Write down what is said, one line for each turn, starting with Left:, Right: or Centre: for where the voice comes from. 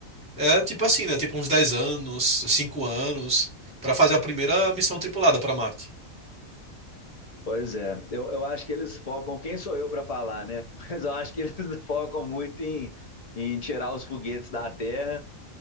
Centre: é tipo assim, né? Tipo uns 10 anos, 5 anos, para fazer a primeira missão tripulada para Marte.
Left: Pois é, eu, eu acho que eles focam, quem sou eu para falar, né? <laughs> Mas eu acho que eles <laughs> focam muito em, em tirar os foguetes da Terra,